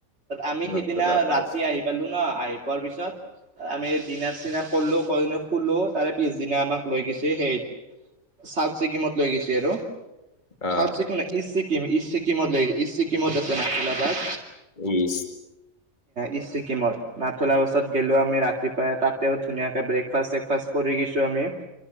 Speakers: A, on the right; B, on the left.
A: আমি
B: নথলা
A: সিদিনা
B: পাঁচ
A: ৰাতি আহি পালো ন আহি পোৱাৰ পিছত আমি। দিনা চিনা কৰলোঁ কৰি খোলো তাৰে পিছদিনা আমাক লৈ গৈছে হেইৰিত। চাউথ ছিকিমত লৈ গৈছে আৰু।
B: অ
A: সাথ ছিকিম ন ইষ্ট ছিকিম ইষ্ট সিকিমত লিছে ইষ্ট ছিকিমত আছেশদাবাদ।
B: ইছ।
A: ইষ্ট ছিকিমত নাথলা পাছত গ'লেও আমি ৰাতিপুৱাই তাতে ধুনীয়াকে ব্ৰেকফাষ্ট চকফাষ্ট কৰি। কৰি গৈছোঁ আমি।